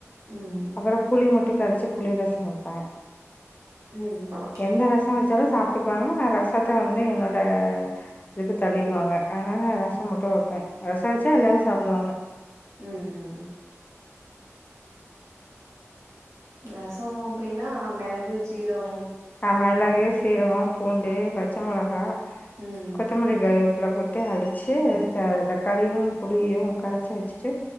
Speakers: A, on the right; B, on the left.
A: ம்
B: அப்பற புளி மட்டு கரைச்சி புளி ரசோ வைப்பே
A: ம் ம்
B: எந்த ரச வச்சாலு சாப்ட்டுக்குவாங்க நா ரசத்த வந்து என்னோட இதுக்கு தள்ளிடுவாங்க அதனாலா ரச மட்டு வப்பே ரச வச்சா எல்லாரு சாப்பிடுவாங்க
A: ம் ம் ரசோ அப்டின்னா மெளகு ஜீரகோ
B: ஆ மெளகு சீரக பூண்டு பச்ச மொளகா
A: ம்.
B: கொத்தமல்லி கருக புல போட்டு அடிச்சு
A: ம்.
B: தக்காளியு புளியு கரச்சி வச்சுட்டு